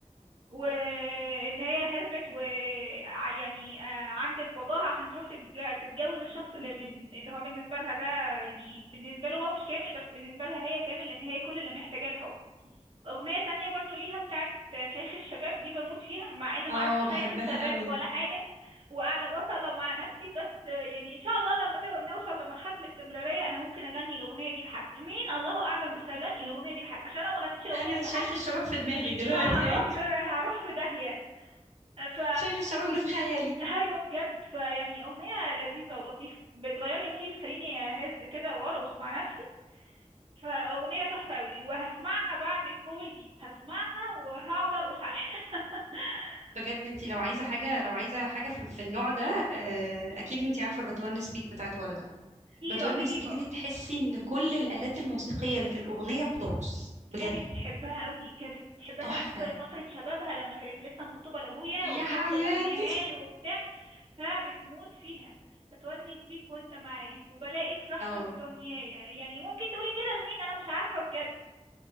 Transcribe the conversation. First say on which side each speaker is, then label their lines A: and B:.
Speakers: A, on the right; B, on the right.
A: وإن هي هربت و ع- يعني آه، عندت باباها عشان تروح تتج- تتجوز الشخص اللي من اللي هو بالنسبة لها ده يعني بالنسبة له هو مش كامل بس بالنسبة لها هي كامل لأن هي كل اللي محتاجاه الحب أغنية تانية برضو ليها بتاعت شيخ الشباب دي بموت فيها مع إن
B: اه
A: معرفش شيخ
B: بحبها
A: شباب
B: قوي
A: ولا حاجة وقاعدة بصلة مع نفسي بس يعني إن شاء الله لما كده نوصل لمرحلة الاستمرارية أنا ممكن أغني الأغنية دي لحد مين الله أعلم بس هغني الأغنية دي لحد عشان لو ما غنيتش الأغنية
B: انا
A: دي لحد
B: شيخ الشباب في دماغي دلوقتي
A: ه- هروح
B: اي
A: في هروح في داهية ف
B: شيخ الشباب اللي في خيالي
A: ايوه بجد فيعني اغنيه لذيذه ولطيفه بتغير لي مودي بتخليني اهز كده وارقص مع نفسي فأغنية تحفة أوي وهسمعها بعد الكول دي هسمعها وهقعد أرقص عليها <laughs>
B: بجد انتي لو عايزة حاجة لو عايزة حاجة في في النوع ده آه، اكيد انتي عارفة بتونس بيك بتاعت وردة
A: دي
B: بتونس
A: رهيبة
B: بيك دي تحسي ان كل الآلات الموسيقية اللي في الأغنية بترقص بجد
A: أمي بتحبها أوي كانت بتحبها
B: تحفة
A: كمان في فترة شبابها لما كانت لسه مخطوبة لأبويا
B: يا
A: وبتقعد
B: حياتي
A: تغنيها له وبتاع فبتموت فيها بتونس بيك وانت معايا وبلاقي في راحتك
B: اه
A: دنيايا يعني ممكن تقولي كده لمين أنا مش عارفة بجد